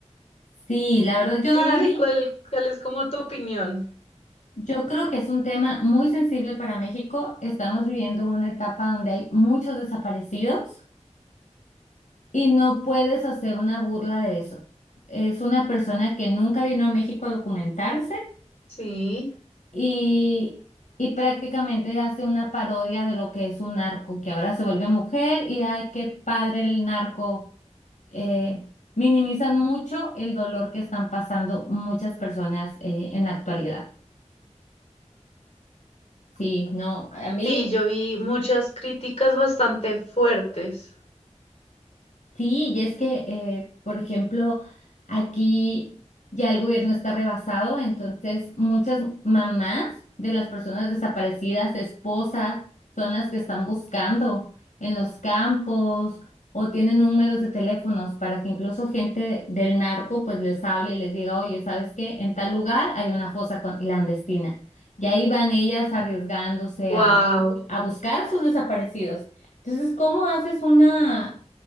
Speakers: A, on the left; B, on the left.
A: Sí, la verdad yo
B: Sí,
A: no la vi.
B: ¿cuál, cuál es como tu opinión?
A: Yo creo que es un tema muy sensible para México. Estamos viviendo una etapa donde hay muchos desaparecidos. Y no puedes hacer una burla de eso. Es una persona que nunca vino a México a documentarse
B: Sí,
A: y, y prácticamente hace una parodia de lo que es un narco, que ahora se vuelve mujer y ay, qué padre el narco. Eh, minimizan mucho el dolor que están pasando muchas personas eh, en la actualidad. Sí, no, a mí
B: sí, yo vi muchas críticas bastante fuertes.
A: Sí, y es que, eh, por ejemplo, aquí ya el gobierno está rebasado, entonces muchas mamás de las personas desaparecidas, esposas, son las que están buscando en los campos o tienen números de teléfonos para que incluso gente del narco pues les hable y les diga, oye, ¿sabes qué? En tal lugar hay una fosa con- clandestina. Y ahí van ellas arriesgándose
B: wow
A: a, a buscar a sus desaparecidos. Entonces, ¿cómo haces una